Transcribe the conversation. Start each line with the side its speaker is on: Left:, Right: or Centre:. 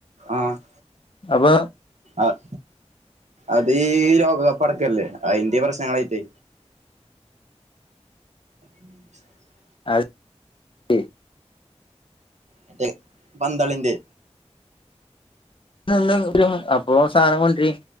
Right: ആഹ്
Left: അപ്പൊ
Right: അഹ് അതീ ലോകകപ്പ് ടക്കല്ലേ അയിന്റെ പ്രശ്നങ്ങളായിട്ടേ <unintelligible>
Left: അഹ് ടിം
Right: മറ്റേ പന്ത്ളിന്റെ
Left: ന്ന് അപ്പോ സാധനം കൊണ്ട്രി